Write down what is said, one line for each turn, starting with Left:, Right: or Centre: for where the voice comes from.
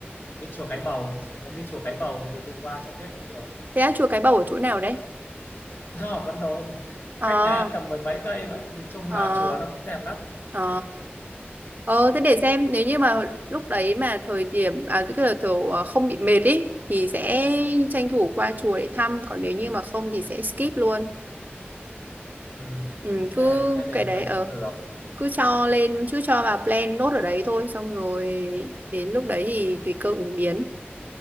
Left: đi chùa Cái Bầu chị muốn đi chùa Cái Bầu thì đi qua cho biết cũng được
Right: thế á, chùa Cái Bầu ở chỗ nào đấy
Left: <laughs> ở Vân Đồn
Right: à
Left: cách nhà em tầm mười mấy cây vậy nhìn chung
Right: ờ
Left: là chùa nó cũng đẹp lắm
Right: ờ ờ thế để xem nếu như mà lúc đấy mà thời điểm à tức là kiểu ờ, không bị mệt ý thì sẽ tranh thủ qua chùa để thăm còn nếu như mà không thì sẽ skip luôn
Left: ừ,
Right: ừ,
Left: ok
Right: cứ
Left: thế thì
Right: cái
Left: em
Right: đấy
Left: thấy
Right: ờ
Left: cũng được
Right: cứ cho lên cứ cho vào plan nốt ở đấy thôi xong rồi đến lúc đấy thì tùy cơ ứng biến